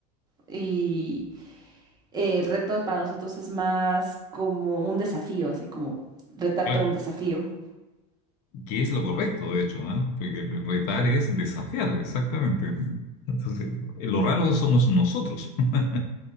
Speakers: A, on the right (about 20°); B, on the left (about 50°).
A: y eh, el reto para nosotros es más como un desafío, así como retarte
B: Claro.
A: a un desafío.
B: que es lo correcto, de hecho, ¿ah? Porque retar es desafiar, exactamente. Entonces, lo raro somos nosotros. <laughs>